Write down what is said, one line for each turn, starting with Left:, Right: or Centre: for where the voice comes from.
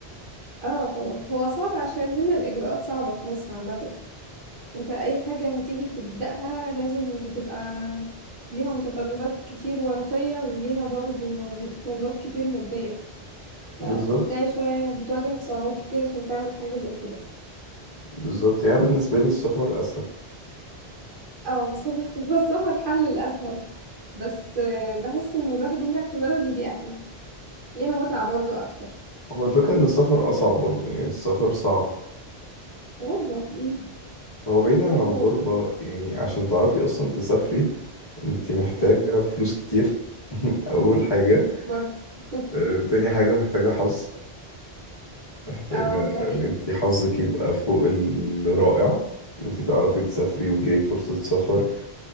Right: اه طبعا هو صعب عشان هنا الإجراءات صعبة في مصر عامة انت اي حاجة هتيجي تبدأها لازم بتبقى ليها متطلبات كتير ورقية وليها برضو متطلبات كتير مادية فتلاقي
Left: بالظبط
Right: شوية بتواجهك صعوبات كتير عشان تعمل حاجة زي كده
Left: بالظبط يعني بالنسبة لي السفر اسهل
Right: اه الصبر <laughs> هو الصبر حل الأسهل بس آه، بحس إن الواحد ينجح في بلده دي أحلى ليها متعة برضو أكتر
Left: هو الفكرة ان السفر اصعب برضو يعني السفر صعب
Right: غربة مم.
Left: هو بعيدا عن
Right: غربة
Left: غربة
Right: و...
Left: يعني عشان تعرفي أصلا تسافري أنت محتاجة
Right: مم.
Left: فلوس كتير <laughs> أول حاجة
Right: برضو <laughs>
Left: آه، تاني حاجة محتاجة حظ محتاجة
Right: اه ده حقيقي
Left: إن أنت حظك يبقى فوق الرائع إن أنت تعرفي تسافري وتجيلك فرصة سفر